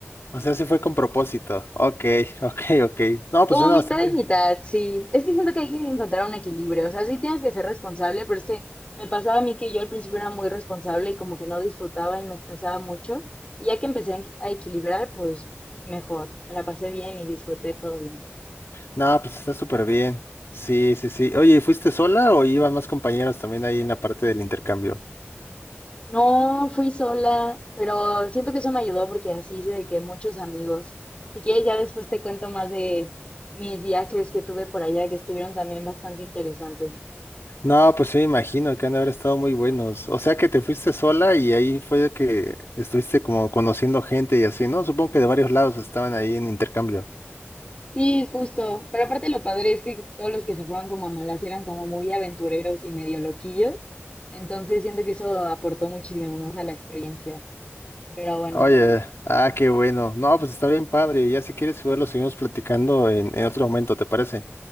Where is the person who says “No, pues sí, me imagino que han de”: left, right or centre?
Left